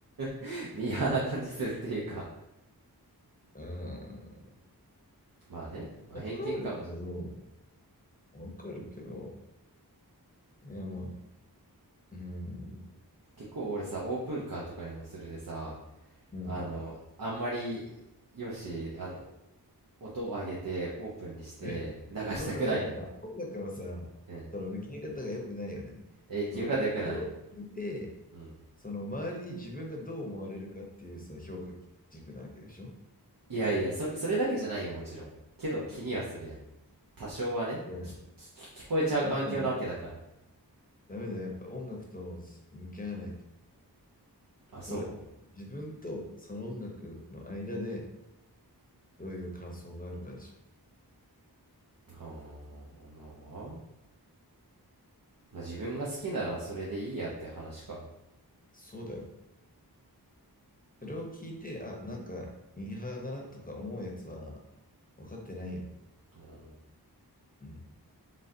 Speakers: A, on the right (about 60°); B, on the left (about 20°).
A: ー、<laughs> ミーハーな感じするっていうか、
B: うん。
A: まあね、まあ偏見かもしれない。
B: わかるけど、わかるけど、いやまあ、うん、
A: 結構俺さ、オープンカーとかにもするでさ、
B: うん。
A: あの、あんまり、よし、あの、音を上げて、オープンにして、
B: <laughs> え
A: 流したくないなって。
B: そのさ、なんかさ、音楽のさ、
A: うん。
B: その向き合い方が良くないよね。
A: えー、聞き方良くない
B: その、それを聞いて、
A: うん。
B: その周りに自分がどう思われるかっていうさ、評価軸なわけでしょ
A: いやいや、それ、それだけじゃないよ、もちろん。けど気にはするやん。
B: うん
A: 多少はね、
B: いや、
A: き、き、き聞こえちゃう環境なわけだから。
B: ダメだね。ダメだよ、やっぱ音楽と向き合わないと。
A: あ、そ
B: 俺、自分とその音楽の間でどういう感想があるかでしょ。
A: うはあまあ。
B: うん
A: まあ、自分が好きならそれでいいやって話か。
B: そうだよ。それを聞いて、あ、なんか、ミーハーだなとか思うやつは分かってないよ。
A: うーん
B: うん。